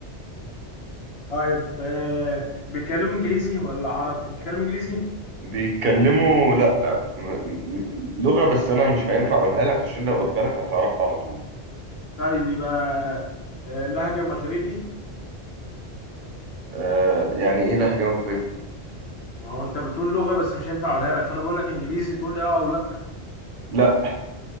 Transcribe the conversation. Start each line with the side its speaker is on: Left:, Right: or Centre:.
Left: طيب آه بيتكلموا انجليزي ولا عربي بيتكلموا انجليزي
Right: بيتكلموا لا م- م- لغة بس أنا مش هينفع أقولها لك عشان لو قلت لك هتعرفها على طول
Left: طيب يبقى آه لهجة مغربي
Right: آه يعني إيه لهجة مغربي؟
Left: ما هو انت بتقول لغة بس مش هينفع اقولها لك فانا بقول لك انجليزي تقول لي اه او لا
Right: لا